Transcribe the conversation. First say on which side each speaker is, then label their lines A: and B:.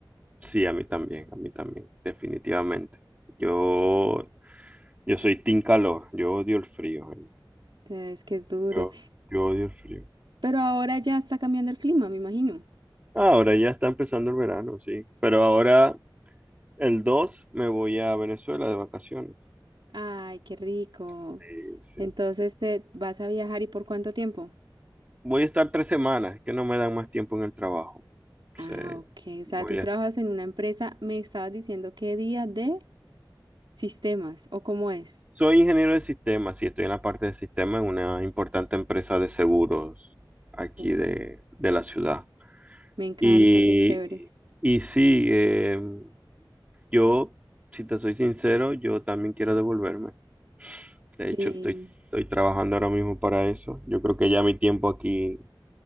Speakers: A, on the right; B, on the right.
A: sí, a mí también, a mí también, definitivamente. Yo Yo soy team calor, yo odio el frío, gente.
B: es que es duro.
A: Yo, yo odio el frío.
B: Pero ahora ya está cambiando el clima, me imagino.
A: Ahora ya está empezando el verano, sí. Pero ahora el 2 me voy a Venezuela de vacaciones.
B: Ay, qué rico.
A: Sí, sí.
B: Entonces, ¿te vas a viajar y por cuánto tiempo?
A: Voy a estar tres semanas, que no me dan más tiempo en el trabajo.
B: Ah,
A: Sí,
B: ok. O sea,
A: voy
B: tú trabajas
A: a-
B: en una empresa, me estabas diciendo qué día de sistemas o cómo es.
A: Soy ingeniero de sistemas y estoy en la parte de sistemas en una importante empresa de seguros aquí
B: Uh,
A: de, de la ciudad.
B: Me encanta,
A: Y,
B: qué chévere.
A: y sí, eh, yo, si te soy sincero, yo también quiero devolverme. De
B: Sí.
A: hecho, estoy, estoy trabajando ahora mismo para eso. Yo creo que ya mi tiempo aquí